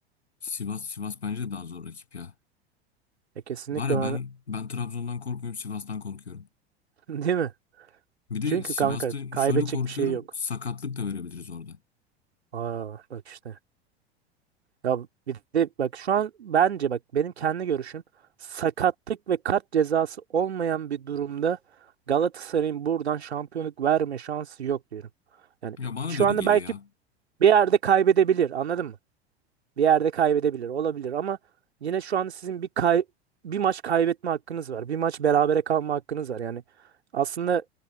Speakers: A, on the left; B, on the right.
A: Sivas Sivas bence de daha zor rakip ya.
B: E, kesinlikle
A: Var ya
B: ben
A: ben ben Trabzon'dan korkmuyorum, Sivas'tan korkuyorum.
B: Değil mi?
A: Bir de
B: Çünkü
A: Sivas'ta
B: kanka kaybedecek
A: şöyle korkuyorum,
B: bir şey yok.
A: sakatlık da verebiliriz orada.
B: Aa bak işte. Ya bir de bak şu an bence bak benim kendi görüşüm sakatlık ve kart cezası olmayan bir durumda Galatasaray'ın buradan şampiyonluk verme şansı yok diyorum. Yani
A: Ya bana
B: şu
A: da öyle
B: anda
A: geliyor
B: belki
A: ya.
B: bir yerde kaybedebilir anladın mı? Bir yerde kaybedebilir olabilir ama yine şu anda sizin bir kay bir maç kaybetme hakkınız var. Bir maç berabere kalma hakkınız var. Yani aslında